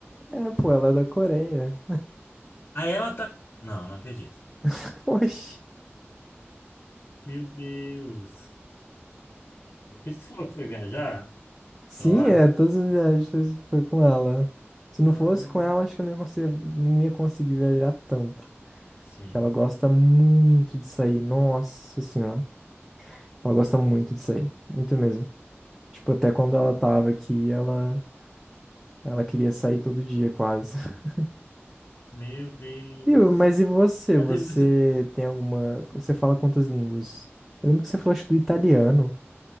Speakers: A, in the centre; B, on the left.
A: É, pô, ela é da Coreia.
B: Aí ela tá. Não, não acredito.
A: <laughs> Oxi.
B: Meu Deus. Por isso que você falou que foi viajar
A: Sim,
B: pra lá?
A: é, todas as viagens foi foi com ela. Se não
B: Ah,
A: fosse com ela, acho que eu não ia conseguir, não ia conseguir viajar tanto.
B: sim.
A: Que ela gosta muito de sair. Nossa senhora. Ela gosta muito de sair. Muito mesmo. Tipo, até quando ela tava aqui, ela, ela queria sair todo dia, quase. <laughs>
B: Meu Deus.
A: E, o- mas e você?
B: Mas
A: Você
B: aí você.
A: tem alguma. Você fala quantas línguas? Eu lembro que você falou, acho, que do italiano,